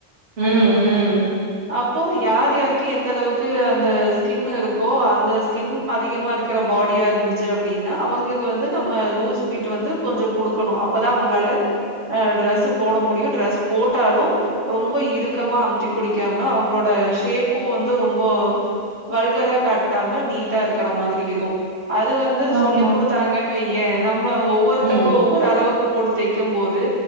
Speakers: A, on the right (about 65°); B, on the right (about 85°).
A: உம் உம்
B: அப்போ யார் யாருக்கு எந்த அளவுக்கு அந்த ஸ்கின் இருக்கோ அந்த ஸ்கின் அதிகமா இருக்கிற பாடியா இருந்துச்சு அப்டின்னா அவங்களுக்கு வந்து நம்ம லூஸ் பிட் வந்து கொஞ்சோ குடுக்கணு அப்பதா அவங்களால அ டிரஸ்ஸு போட முடியு ட்ரஸ் போட்டாலும் ரொம்ப இறுக்கமா அமுதி பிடிக்காம அவங்களோட செப்பு வந்து ரொம்ப வல்கரா காட்டாம நீட்டா இருக் க்கற மாதிரி இரு <unintelligible> அது வந்து சொல்லி்
A: ஆமா
B: குடுத்தாங்கன்னு வை ஏணம் வ ஒவ்வொருத்தங்க
A: ம்
B: ஒவ்வொரு அளவுக்கு போடுத் தைக்கும்போது